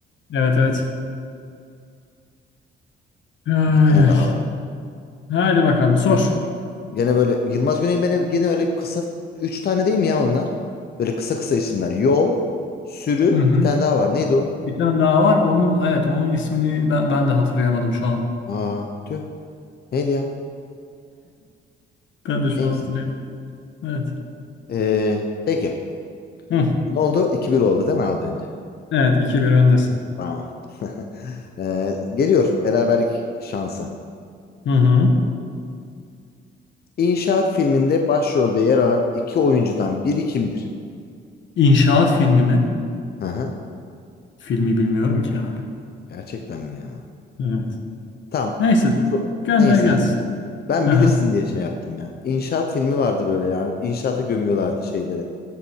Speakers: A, on the left (about 70°); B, on the left (about 50°).
A: evet, evet. Ay,
B: Bir tane
A: ay.
B: daha var.
A: Haydi bakalım sor.
B: Gene böyle Yılmaz Güney'in beni gene öyle kısa 3 tane değil mi ya onlar? Böyle kısa kısa isimler. Yol, sürü,
A: Hı hı.
B: bir tane daha var. Neydi o?
A: Bir tane daha var. Onun evet onun ismini ben, ben de hatırlayamadım şu an.
B: Aa, tüh. Neydi ya?
A: Ben de şu
B: Neyse.
A: an hatırlayamadım. Evet.
B: Ee, peki.
A: Hı.
B: Ne oldu? 2 bir oldu değil mi az önce?
A: Evet iki bir öndesin.
B: Tamam. <laughs> Ee, geliyor beraberlik şansı.
A: Hı hı.
B: İnşaat filminde başrolde yer alan iki oyuncudan biri kimdir?
A: İnşaat filmi mi?
B: Hı hı.
A: Filmi bilmiyorum ki abi.
B: Gerçekten mi ya?
A: Evet.
B: Tamam.
A: Neyse. Gönder
B: Neyse
A: gelsin.
B: hadi. Ben
A: Hı
B: bilirsin
A: hı.
B: diye şey yaptım ya. İnşaat filmi vardı böyle ya. İnşaata gömüyorlardı şeyleri.